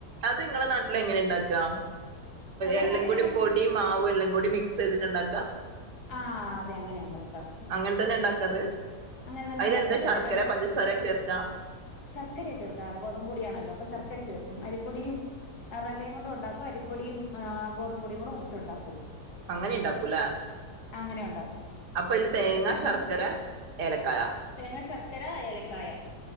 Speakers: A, on the right (about 80°); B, on the left (about 70°).
A: അത് നിങ്ങളെ നാട്ടിൽ,
B: ഓ
A: എങ്ങനെ ഉണ്ടാക്കുക
B: ഞങ്ങടെ
A: എല്ലാം
B: നാട്ടിലെ
A: കൂടി
B: നമ്മ
A: പൊടിയും- മാവും എല്ലാം കൂടി മിക്സ് ചെയ്തിട്ടുണ്ടാക്കാം.
B: ആഹ അതെ അങ്ങനെ ഉണ്ടാക്കാം.
A: അങ്ങനെ തന്നെ ഉണ്ടാക്കത്-
B: അങ്ങനെ തന്നെ
A: അതില
B: ഉണ്ടാക്കാം
A: എന്താ
B: അതെ
A: ശർക്കര,
B: അതെല്ലാടെ
A: പഞ്ചസാര ചേർക്ക.
B: ശർക്കരയ ചേർക്കാറ് ഗോതമ്പ്- പൊടിയണല്ലോ അപ്പ ശർക്കര ചേർക്കും, അരിപ്പൊടിയും. റവയും കൊണ്ടു ഉണ്ടാക്കും അരിപ്പൊടിയും ആഹാ ഗോതമ്പൊടിയും, കൂടെ വെച്ചും ഉണ്ടാക്കും.
A: അങ്ങനെ ഉണ്ടാക്കൂല്ലേ
B: അങ്ങനെ ഉണ്ടാക്കും
A: അപ്പോ- അതില് തേങ്ങ, ശർക്കര-
B: അപ്പൊ
A: ഏലക്കായ.
B: തേങ്ങ, ശർക്കര, ഏലക്കായ.